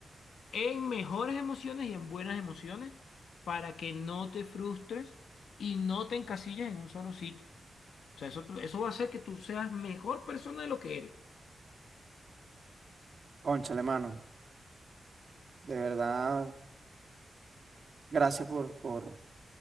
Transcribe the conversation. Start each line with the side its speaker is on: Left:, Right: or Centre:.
Left: en mejores emociones y en buenas emociones para que no te frustres y no te encasilles en un solo sitio. O sea, eso, eso va a hacer que tú seas mejor persona de lo que eres.
Right: Cónchale, mano, de verdad, gracias por, por,